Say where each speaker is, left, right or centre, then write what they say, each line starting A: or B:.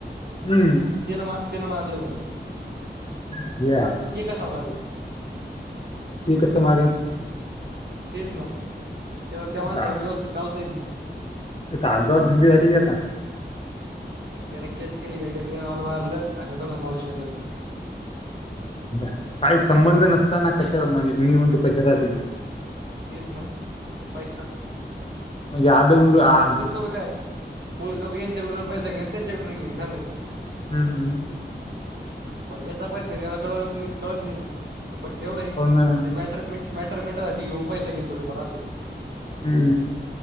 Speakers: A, on the left; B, on the right.
A: हम्म.
B: आत्ती न मारलं म्हणी
A: घ्या
B: अ के कसा मारल
A: ते कसं मारी
B: तेच ना त्या त्या माणसाला
A: इथं
B: व्यवस्थित चाल <inaudible>
A: आगाव धंदे झाली की आता
B: आणि त्याने केस केली यानं मला मारलं आणि आता आम्हाला शिव्या द्यायलाय
A: काही संबंध नसताना कशा म्हणजे, मी म्हणतो कशासाठी
B: तेच ना पैसा
A: म्हणजे आलं उर
B: पण
A: आण
B: पोलीस लोक काय पोलीस लोक यांच्या कुठून पैसा घेन त्यांच्या कुठून घेन झालं
A: हम्म
B: पण याचा पाहिजेला कळत नाही कळत नाही ना फक्त येवढं आहे
A: हो ना
B: तो माँटर मी मॅटर मिेटायसाठी ह्यो पैसा घेईल थोडेफार असं आहे
A: हम्म